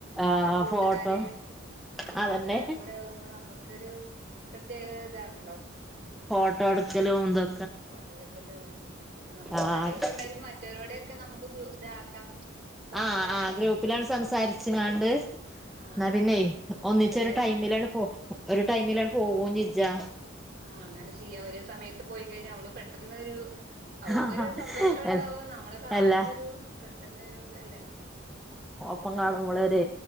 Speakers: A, in the centre; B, on the right (about 50°).
A: ആഹ്
B: നമ്മള് കൂട്ടുകാര്
A: ഫോട്ടോ
B: ആഹ്
A: അതന്നെ
B: എല്ലാരും കൂടെ ആകുമ്പോ നമ്മക്കൊരു പ്രത്യേക ഇതാണല്ലോ.
A: ഫോട്ടോട്ക്കലും ഇതൊ
B: ഫോട്ടോ എട്ക്കലും അപ്പൊ നമുക്ക്
A: ആഹ്
B: തലെ ദിവസം എന്തായാലും മറ്റോരോടൊക്കെ നമുക്ക് ഇതാക്കാം. ഫോണിൽ
A: ആഹ്
B: ആഡ്
A: ആഹ് ഗ്രൂപ്പിലണ്ട്
B: ചെയ്യാം
A: സംസാരിച്ച്ങ്ങാണ്ട്
B: ആഹ്
A: ന്നാ പിന്നെയ്
B: നോക്കിപ്പ
A: ഒന്നിച്ച്
B: എല്ലാരും
A: ഒരു ടൈമിലണ് പോ ഒരു ടൈമിലണ് പോകൂം ചെജ്ജാ.
B: ആഹ് അങ്ങനെ ചെയ്യാം ഒരേ സമയത്ത് പോയി കഴിഞ്ഞാ അവള് പെട്ടെന്നൊരു അവൾക്കൊരു
A: ആഹ്
B: സന്തോഷം ഉണ്ടാവു
A: എൽ
B: നമ്മളെ കാണുമ്പോ
A: എല്ലാ
B: ഒരു പെട്ടെന്നൊരു ഇതല്ലേ.
A: പ്പം കാണുമ്പൊളൊരെ